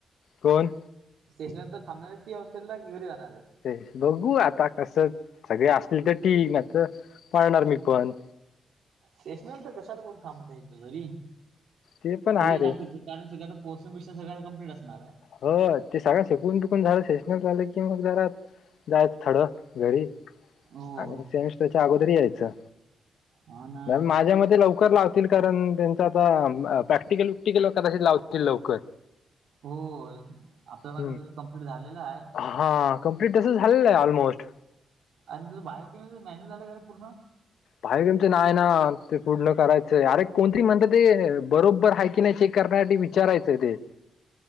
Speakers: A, on the left; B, on the right.
A: कोण?
B: सेशनलला तर थांबणार आहेस की हॉस्टेलला, की घरी जाणार आहेस?
A: ते बघू आता कस सगळे असले तर ठीक नाहीतर पाळणार मी पण.
B: शेसनला तर कशाला कोण थांबतील इथं तरी
A: ते पण
B: सगळे
A: आहे रे
B: जातील चल कारण सगळं आता पोर्शन बिर्शन सगळं आता कंप्लीट असणार आहे.
A: हो ते सगळा शिकून टुकून झालं, सेशनल झालं की मग जरा जायचं थोडं घरी.
B: होय
A: आणि सेमिस्टरच्या अगोदर यायचं.
B: हा ना
A: माझ्या मते लवकर लावत असतील कारण त्यांच आता प्रॅक्टिकल विकटिकल कदाचित लावतील लवकर.
B: होय. आपलं आता
A: हम्म.
B: कसं कंप्लीट झालेला हाय.
A: हा कंमप्लीट तसं झालेलं आहे ऑलमोस्ट.
B: अर तुझं बाहेरच मॅन्यूल झालंय काय रे पूर्ण?
A: भाय तुमचं नाय ना ते पूर्ण करायचंय. अरे कोणतरी म्हणत ते बरोबर आहे की नाही चेक करण्यासाठी विचारायचं ते